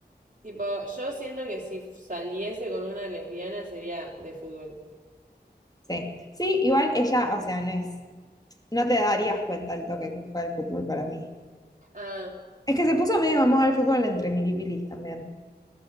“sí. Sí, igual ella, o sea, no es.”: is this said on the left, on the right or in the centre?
Left